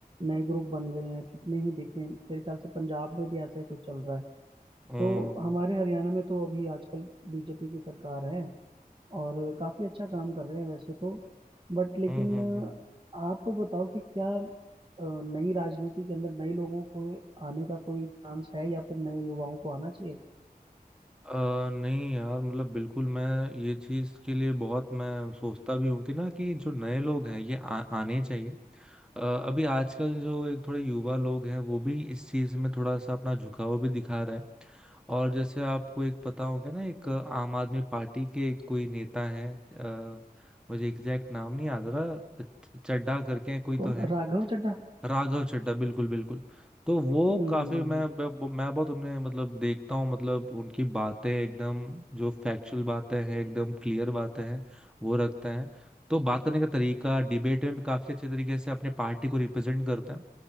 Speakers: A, on the right; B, in the centre.
A: नए ग्रुप बन गए हैं कितने ही देखें मेरे ख्याल से पंजाब में भी ऐसा ही कुछ चल रहा है
B: हम्म
A: तो हमारे हरियाणा में तो अभी आजकल बीजेपी की सरकार है और काफी अच्छा काम कर रहे हैं वैसे तो बट लेकिन
B: हम्म हम्म हम्म
A: आप बताओ कि क्या अ, नई राजनीति के अंदर नए लोगों को आने का कोई चांस है या फिर नए युवाओं को आना चाहिए
B: अ, नहीं यार मतलब बिल्कुल मैं ये चीज़ के लिए बहुत मैं सोचता भी हूँ कि ना कि जो नए लोग हैं ये आ, आने चाहिए अ, अभी आजकल जो एक थोड़े युवा लोग हैं वो भी इस चीज़ में थोड़ा सा अपना झुकाव भी दिखा रहे हैं और जैसे आपको एक पता होगा ना एक आम आदमी पार्टी के एक कोई नेता है अ, मुझे एग्जैक्ट नाम नहीं याद आ रहा च- चड्ढा करके कोई
A: कौन
B: तो है
A: राघव चड्ढा
B: राघव चड्ढा बिल्कुल बिल्कुल तो वो
A: हम्म
B: काफी
A: हम्म, हम्म,
B: मैं
A: हम्म।
B: ब- मैं बहुत उन्हें मतलब देखता हूँ मतलब उनकी बातें एकदम जो फैक्चुअल बातें हैं एकदम क्लियर बातें हैं वो रखते हैं तो बात करने का तरीका डिबेट में भी काफी अच्छे तरीके से अपनी पार्टी को रिप्रेजेंट करते हैं